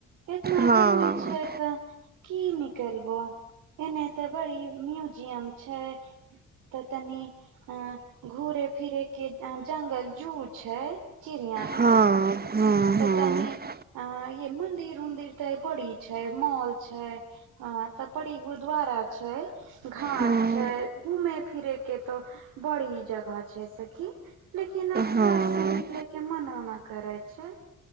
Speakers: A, on the right; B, on the right.
A: इतना
B: हँ
A: गर्मी छै तै की निकलबो एने ते बड़ी म्यूजियम छै तऽ तनी अ घूरे फिरे के जंगल जू छै चिड़िया घर
B: हँ हँ
A: तऽ
B: हँ
A: तनी अ ये मंन्दिर उन्दिर तऽ बड़ी छै मोल छै ह तऽ बड़ी गुरुद्वारा छै घाट
B: हँ
A: छै घूमे फिरे के तो बड़ी जगह छैस कि लेकिन आब
B: हँ
A: घर से निकले के मनोना करे छै